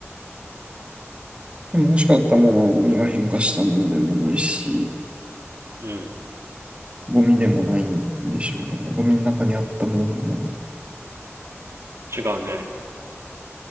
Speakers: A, on the right; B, on the right.
A: でも欲しかったものはゴミが変化したものでもないし、
B: うん。
A: ゴミでもないんでしょうね。ゴミの中にあったものでもない。
B: 違うね。